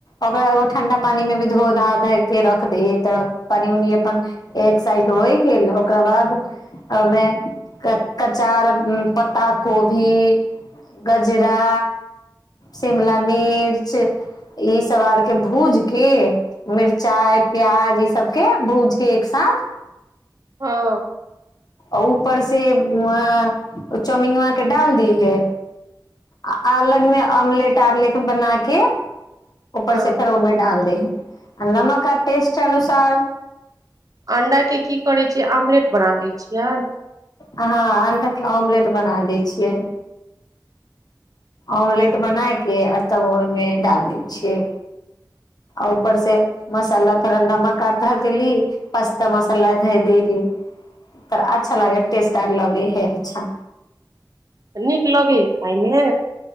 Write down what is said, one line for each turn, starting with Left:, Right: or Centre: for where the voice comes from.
Left: ओकरा ठण्डा पानी मे भी धो धा ध के रख दै तऽ पानि उनि अपन एक साइड होइ गेल ओकरा बाद ओहिमे कचा पत्ता कोबी गजरा शिमला मिर्च ईसभ आरके भूज के मिरचाइ प्याज ईसभके भूज के एक साथ
Right: ‌ओ
Left: ऊपर से अ ओ चौउमिंगबा के डाल दीहे आ अलगमे ऑमलेट आरलेट बनाके ऊपर
Right: हँ
Left: से फेर ओमे डाल देे हैं नमक टेस्ट अनुसार
Right: अंडाके की करै छियै आमलेट बना लै छियै
Left: आहाँ अण्डा के ऑमलेट बना दै छियै आमलेट बना के आ तब ओय मे डाल दै छियै आ उपर से मसाला थोरा नमक आधा देली पस्ता मसाला दी त अच्छा लागै ेस्ट आ लगै है अच्छा
Right: नीक लगे खाायमे